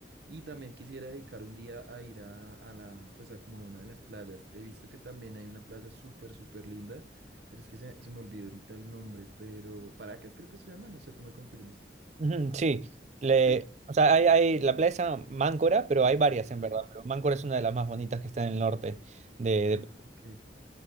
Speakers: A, on the right (about 65°); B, on the right (about 40°).
A: Y también quisiera dedicar un día a ir a, a la, pues a como a una de las playas. He visto que también hay una playa súper, súper linda pero es que se, se me olvidó ahorita el nombre, pero Paracas creo que se llama, no sé, tú me confirmas.
B: Ujú, sí, le,
A: ¿Sí?
B: o sea, hay, hay, la playa se llama Máncora, pero hay varias en
A: Ok.
B: verdad, pero Máncora es una de las más bonitas que está en el norte de
A: Ah,
B: de-
A: ok.